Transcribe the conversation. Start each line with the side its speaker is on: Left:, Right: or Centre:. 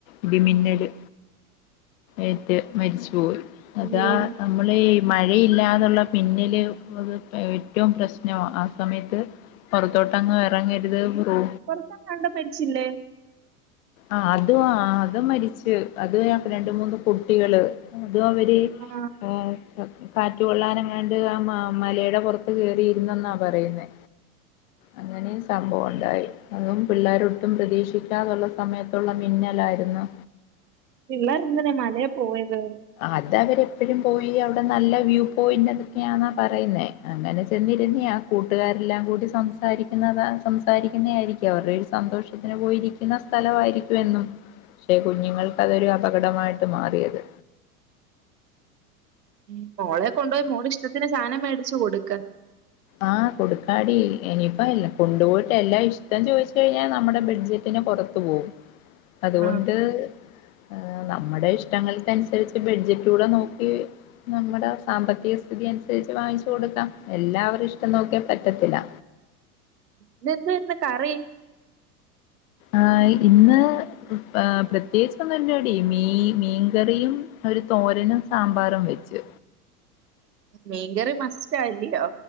Left: ഇടിമിന്നല് ഏറ്റ് മരിച്ചുപോയി അതാ
Right: അയ്യോ
Left: നമ്മള് ഈ മഴയില്ലാതുള്ള മിന്നല് അത് ഏറ്റവും പ്രശ്നം ആ സമയത്ത് പൊറത്തോട്ടൊന്നും എറങ്ങരുത് റൂ
Right: ഇപ്പംങ്ങാണ്ട് മരിച്ചില്ലേ
Left: ആഹ് അത് അത് മരിച്ച് അത് രണ്ട് മൂന്ന് കുട്ടികള് അതും അവര്
Right: ആഹ്
Left: ആഹ് കാറ്റ് കൊള്ളാനെങ്ങാണ്ട് ആ മ മലയുടെ പുറത്ത് കയറിയിരുന്നെന്നാ പറയുന്നേ അങ്ങനേ സംഭവം ഉണ്ടായേ അതും പിള്ളാരൊട്ടും പ്രതീക്ഷിക്കാതൊള്ള സമയത്തൊള്ള മിന്നലായിരുന്ന്
Right: പിള്ളാരെന്തിനാ മലേ പോയത്
Left: അതവരെപ്പഴും പോയി അവിടെ നല്ല വ്യൂ പോയിന്റ് അതൊക്കെയാന്നാ പറയുന്നേ അങ്ങനെ ചെന്നിരുന്നയാ കൂട്ടുകാരെല്ലാം കൂടി സംസാരിക്കുന്നത സംസാരിക്കുന്നെ ആയിരിക്കും അവരുടെ ഒരു സന്തോഷ ത്തിന് പോയിരിക്കുന്ന സ്ഥലവായിരിക്കും എന്നും പക്ഷെ കുഞ്ഞുങ്ങൾക്കതൊരു അപകടമായിട്ട് മാറിയത്
Right: ഉം മോളെ കൊണ്ട്പോയി മോടിഷ്ടത്തിന് സാധനം മേടിച്ചു കൊടുക്ക്
Left: ആഹ് കൊടുക്കാടി ഇനിയിപ്പല്ല കൊണ്ടുപോയിട്ട് എല്ലാം ഇഷ്ടം ചോദിച്ച് കഴിഞ്ഞാ നമ്മുടെ ബെഡ്ജെ റ്റിന് പുറത്തു പോവും അതുകൊണ്ട്
Right: ആ
Left: അഹ് നമ്മടെ ഇഷ്ട്ടങ്ങൾക്കനുസരിച്ച് ബെഡ്ജറ്റൂടെ നോക്കി നമ്മടെ സാമ്പത്തിക സ്ഥിതി അനുസരിച്ച് വാങ്ങിച്ചു കൊടുക്കാം എല്ലാം അവരിടെ ഇഷ്ടം നോക്കിയാ പറ്റത്തില്ല
Right: ഇന്നെന്തുവാര്ന്ന് കറി
Left: ആഹ് ഇന്ന് പാ പ്രത്യേകിച്ചൊന്നും ഇല്ലടി മീ മീൻകറിയും ഒരു തോരനും സാമ്പാറും വെച്ച്
Right: മീൻകറി മസ്റ്റാ ഇല്ലിയോ